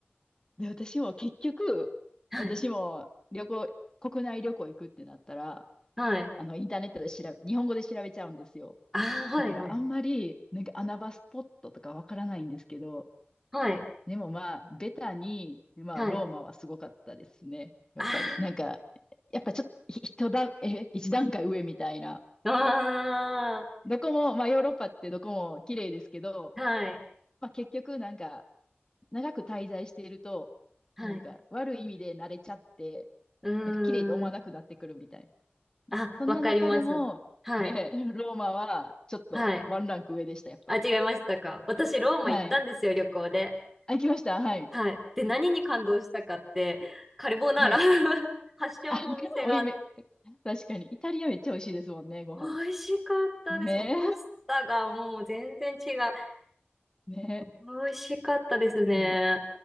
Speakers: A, on the left (about 20°); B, in the centre.
A: で、私も結局、
B: はい。
A: 私も旅行、国内旅行行くってなったら、
B: はい。
A: あの、インターネットで調べ、日本語で調べちゃうんですよ。
B: ああ、
A: だからあんまり、
B: はい、はい。
A: なんか穴場スポットとかわからないんですけど、
B: はい。
A: でもまあ、ベタに、まあ、
B: はい。
A: ローマはすごかったですね。やっぱり、
B: あ
A: なんか、やっぱちょっと、ひ人段え、一段階上みたいな。
B: あ、あ
A: どこも、まあ、ヨーロッパってどこも綺麗ですけど、
B: あ、はい。
A: まあ、結局、なんか、長く滞在していると、
B: はい。
A: なんか悪い意味で慣れちゃって、
B: うー
A: なんか綺麗と思わなくなってくるみたいな。
B: ん。あ、
A: そんな中でも、
B: わかります。はい。
A: ね、ローマはちょっとワンランク上でした、
B: はい。
A: やっぱり。
B: あ、違いましたか。私、ローマ行ったんですよ、
A: はい。
B: 旅行で。
A: あ、行きました。はい。
B: はい。で、何に感動したかって、カルボナーラ
A: はい。
B: <laughs> 発祥のお店が
A: あ、<laughs> おいめ、確かに。イタリアめっちゃ美味しいですもんね、ご飯。
B: 美味しかったです。
A: ね
B: もうパスタがもう全然違う。
A: え。<laughs> ね
B: 美味しかったですね。
A: え。うん。